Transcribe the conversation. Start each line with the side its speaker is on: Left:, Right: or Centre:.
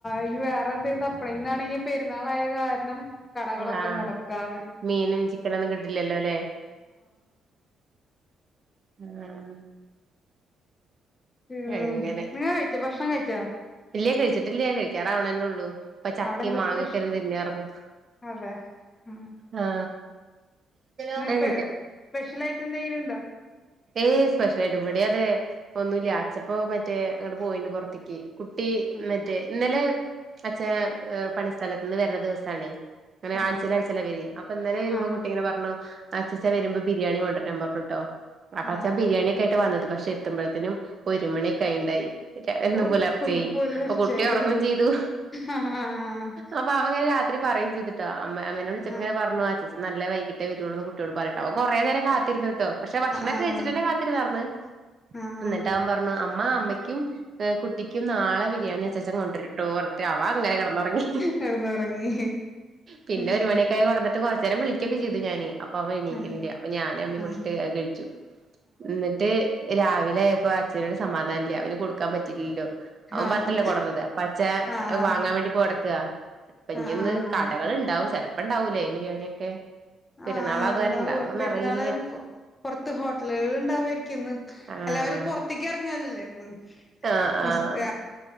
Left: ഇനി വേറെ എന്തെങ്കിലും തപ്പണം ഇന്നാണെങ്കിൽ പെരുന്നാളായ കാരണം കടകളൊക്കെ
Right: ആഹ്
Left: മുടക്കാ ആണ്
Right: മീനും ചിക്കനൊന്നും കിട്ടില്ലല്ലോ ല്ലേ ഉം
Left: ഉം
Right: എങ്ങനെ
Left: നിങ്ങൾ കഴിച്ചോ ഭക്ഷണം കഴിച്ചോ
Right: ഇല്ലയേ കഴിചിട്ടില്ലേ കഴിക്കാറ് അവവണെന്നെ ഉള്ളൂ ഇപ്പ ചക്ക
Left: അവിടെ എന്താ
Right: മാങ്ങൊക്കെ
Left: സ്പെഷ്യൽ
Right: ഇരുന്നു തിന്നാർന്നു.
Left: അതെ ആ
Right: ആ
Left: ഇന്ന്
Right: ആ കഴിക്കാ
Left: സ്പെഷ്യൽ ആയിട്ട് എന്തെങ്കിലുണ്ടോ
Right: ഏയ് സ്പെഷ്യല ആയിട്ട് ഇവിടെ അതെ ഒന്നുല്ല അച്ചപ്പവും മറ്റേ അങ്ങോട്ട് പോയിണ്ട് പോറത്തേക്ക് കുട്ടി
Left: ആ
Right: മറ്റേ ഇന്നലെ അച്ഛൻ പണിസ്ഥലത്തുന്ന് വരുന്ന ദിവസണേ അങ്ങനെ
Left: ആ
Right: ആഴ്ചയിൽ ആഴ്ചയിൽ വരി അപ്പൊ ഇന്നലെ വരുമ്പോ
Left: ആ ആ
Right: കുട്ടിങ്ങനെ പറഞ്ഞു. അച്ചാച്ച വരുമ്പോ ബിരിയാണി കൊണ്ടുരാൻ പറഞ്ഞുട്ടോ അപ്പൊ
Left: ആ
Right: അച്ചൻ
Left: ആ
Right: ബിരിയാണിയൊക്കെ ആയിട്ട വന്നത്. പക്ഷെ എത്തുമ്പോഴ്‌ത്തിനും ഒരുമണിയൊക്കെ ആയി ഉണ്ടായി. എന്ന്
Left: ഓഹോ
Right: പുലർച്ചെ
Left: പുലർച്ചായി
Right: അപ്പൊ കുട്ടി ഉറങ്ങും ചെയ്തു.
Left: ആഹ്
Right: അപ്പൊ അവങ്ങനെ രാത്രി പറയെയും ചെയ്തു അമ്മ അമ്മനെ വിളിച്ചപ്പോ
Left: ആഹ്
Right: ഇങ്ങനെ പറഞ്ഞു അച്ചാച്ചൻ നല്ല വൈകിട്ടെ വേരുള്ളു കുട്ടിയോട് പറട്ട അവ കുറെ നേരം കാത്തിരുന്ന്. കേട്ടോ പക്ഷെ ഭക്ഷണൊക്കെ
Left: ആഹ്
Right: കഴിച്ചിട്ടന്നെ കാത്തിരുന്നാർന്ന്
Left: ആഹ്
Right: എന്നിട്ട് അവൻ പറഞ്ഞു അമ്മ അമ്മയ്ക്ക് ക്കും കുട്ടിക്കും നാളെ ബിരിയാണി അച്ചാച്ചൻ കൊണ്ടുരും അവ അങ്ങനെ കിടന്നറങ്ങി
Left: കെടന്നുറങ്ങി
Right: പിന്നെ
Left: ഉം
Right: ഒരു മണിയക്കായി ഓണന്നിട്ട് കൊ വിളിക്കൊക്ക ചെയ്ത് ഞാൻ അപ്പ അവ എണീക്കണില്ല
Left: ആഹ്
Right: അപ്പ ഞാനും അമ്മയും
Left: ആഹ്
Right: കൂടിട്ട് കഴിച്ചു. എന്നിട്ട് രാവിലെയപ്പോ അച്ഛനോട് സമാധാനല്ല അവന് കൊടുക്കാൻ പറ്റില്ലല്ലോ? അവൻ
Left: ആഹ്
Right: പറത്തിട്ടാല്ലേ കൊണ്ടുന്നത് അപ്പൊ അച്ച
Left: ആഹ്
Right: വാങ്ങാൻ വേണ്ടി പോ അപ്പൊ ഇനിന്ന്
Left: ആഹ്
Right: കടകൾ ഉണ്ടാവും ചെലപ്പോ ഇണ്ടാവൂലേ ബിരിയാണിയൊക്കെ പെരുന്നാളായത്
Left: ആ ഇണ്ടാവും
Right: കാരണം ഉണ്ടാവോന്ന്
Left: പെരുന്നാള്
Right: അറിയില്ല
Left: പുറത്ത് ഹോ ട്ടലുകൾ ഉണ്ടാവുമായിരിക്കും ഇന്ന്
Right: ആഹ്
Left: എല്ലാവരും പുറത്തേക്ക് ഇറങ്ങാലല്ലേ ഇന്ന്
Right: ആഹ് ആഹ്
Left: സ്